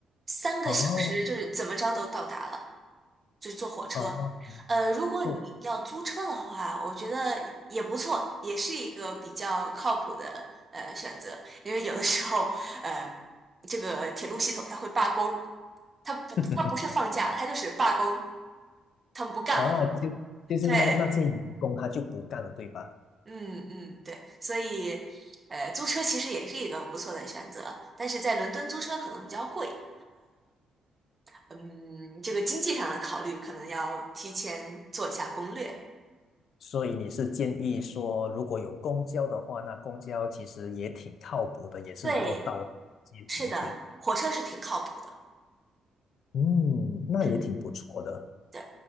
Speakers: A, on the right (about 25°); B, on the left (about 65°).
A: 三个小时就是怎么着都到达了，
B: 哦，
A: 就是坐火车。
B: 哦，
A: 呃，如果你要租车的话，
B: 做
A: 我觉得也不错，也是一个比较靠谱的呃选择，因为有的时候，呃，这个铁路系统它会罢工，它不，
B: <laughs>
A: 它不是放假，它就是罢工，他们不干了。
B: 哦，就就是那那些员工他就不干了，
A: 对，
B: 对吧？
A: 嗯嗯，对，所以，呃，租车其实也是一个不错的选择，但是在伦敦租车可能比较贵，嗯，这个经济上的考虑可能要提前做一下攻略。
B: 所以你是建议说，如果有公交的话，那公交其实也挺靠谱的，也是能够到街景点。
A: 对，是的，火车是挺靠谱的。
B: 嗯，那也挺不错的。
A: 嗯。对，